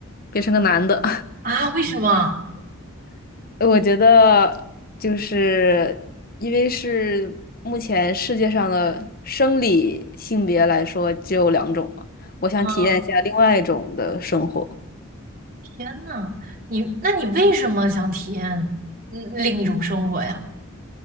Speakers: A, on the left; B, on the right.
A: 变成个男的。
B: 啊？为什么？
A: <laughs> 我觉得就是因为是目前世界上的生理性别来说只有两种嘛，我想体验一下另外一种的生活。
B: 嗯，天呐，你那你为什么想体验嗯另一种生活呀？